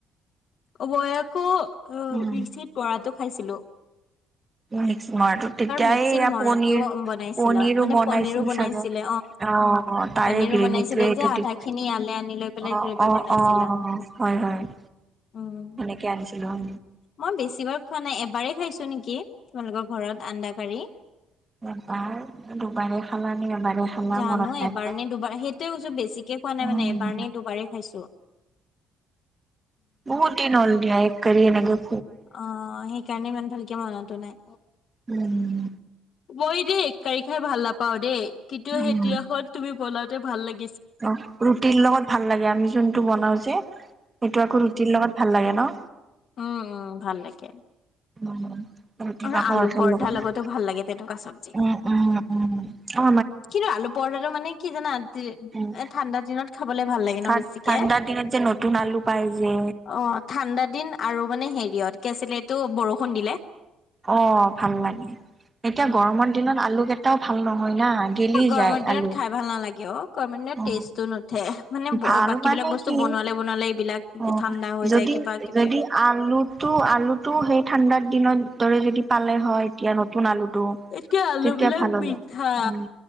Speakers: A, on the left; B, on the right.
A: অৱয়েকৌ
B: উম
A: অসিত বৰাটো খাইছিলো।
B: মিক্স মৰাটো তেতিয়াই
A: মিক্সিত
B: এয়া
A: মৰাটো
B: পনিৰ
A: বনাইছিলা
B: পনীৰো
A: মানে
B: বনাইছিল
A: পনীৰো বনাইছিলে
B: চাগ অ', অ' তাৰে
A: পনীৰো
B: গ্ৰেভিটোৱে
A: বনাইছিলে
B: এইটো
A: যে আধা খিনি ইয়ালে আনি লৈ পেলাই
B: অ-অ-অ
A: গ্ৰেভি বনাইছিলা।
B: হয়-হয়।
A: উম।
B: এনেকে আনিছিলো।
A: মই বেছি বাৰ খোৱা নাই এবাৰেই খাইছো নেকি তোমালোকৰ ঘৰত আন্দা কাৰি।
B: এবা দুবাৰে খালা। নে এবাৰে খালা
A: জানো
B: মনত নাই
A: এবাৰ
B: ৰবা।
A: নে দুবাৰ সেইটোয়ে কছো বেছিকে খোৱা নাই
B: উম
A: মানে এবাৰ নে দুবাৰেই খাইছো।
B: বহুত দিন হল দীয়া এক কৰি এনে গল।
A: অহ, সেইকাৰণে ইমান ভালকে মনো নাই।
B: উম
A: মই দেই এক কাৰী খাই ভাল নাপাও দেই কিন্তু
B: উম
A: সেই তিনাখত তুমি বনাওঁতে ভাল লাগে।
B: অ' ৰুটিৰ লগত ভাল লাগে। আমি যোনটো বনাও যে সেইটো আকৌ ৰুটিৰ লগত ভাল লাগে ন।
A: উম-উম ভাল লাগে।
B: উ আৰু কিবা
A: আৰু
B: পাৰ
A: আলু
B: অঠ
A: পৰঠাৰ
B: লগত
A: লগতো ভাল লাগে তেনেকুৱা চব্জি।
B: উম-উম-উম,
A: কিন্তু আলু পৰঠাটো মানে কি জানা ৰা
B: উম,
A: এ ঠাণ্ডা দিনত খাবলে। ভাল লাগে
B: ঠান
A: ন বেছিকে
B: ঠাণ্ডা দিনত যে নতুন আলু পাই যে
A: অ ঠাণ্ডা দিন আৰু মানে হেৰি। কে আছিলে এইটো বৰষুণ। দিলে।
B: অ' ভাল লাগে এতিয়া
A: অ
B: গৰমৰ দিনত আলু। তটাও ভাল নহয় না গেলি
A: গৰমৰ
B: যায়
A: দিনত
B: আলু
A: খাই ভাল নালাগে অ গৰমৰ দিনত
B: অ
A: টেষ্টটো নুঠে মানে
B: ভাল
A: বাকী
B: মানে
A: বিলাক বস্তু
B: কি
A: বনোৱালে বনোৱালে এইবিলাক
B: অ
A: ঠাণ্ডা হৈ
B: যদি
A: যায় কিবা কিবি।
B: যদি আলুত। তটো আলুতটো সেই ঠাণ্ডাৰ দিনৰ দৰে যদি পালে হয় এতিয়া। সোনালুটো
A: এতিয়া আলু
B: তেতিয়া
A: বিলাক
B: ভাল হ'ল
A: মিঠা
B: উম,